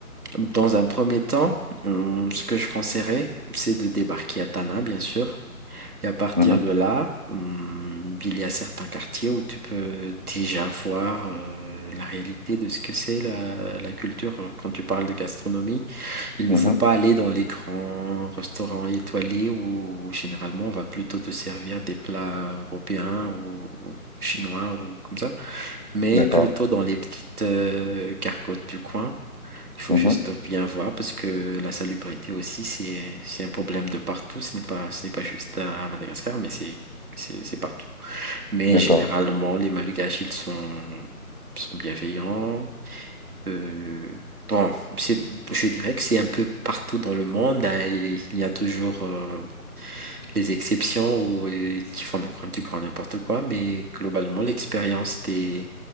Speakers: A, on the right; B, on the right.
A: dans un premier temps, hmm, ce que je conseillerais, c'est de débarquer à Tana, bien sûr. Et à partir
B: mhm,
A: de là, hum, il y a certains quartiers où tu peux déjà voir euh, la réalité de ce que c'est la, la culture. euh, Quand tu parles de gastronomie, il ne
B: mhm.
A: faut pas aller dans les grands restaurants étoilés où, généralement on va plutôt te servir des plats européens ou, ou chinois ou comme ça, mais
B: D'accord,
A: plutôt dans les petites euh, gargotes du coin il faut
B: Mhm,
A: juste bien voir parce que la salubrité aussi, c'est, c'est un problème de partout. Ce n'est pas, ce n'est pas juste à Madagascar, mais c'est, c'est, c'est partout. Mais
B: d'accord,
A: généralement, les Malgaches, ils sont, sont bienveillants. Euh, bon, c'est, je dirais que c'est un peu partout dans le monde. hein, et il y a toujours euh, les exceptions où, euh, qui font du grand du grand n'importe quoi, mais globalement, l'expérience des,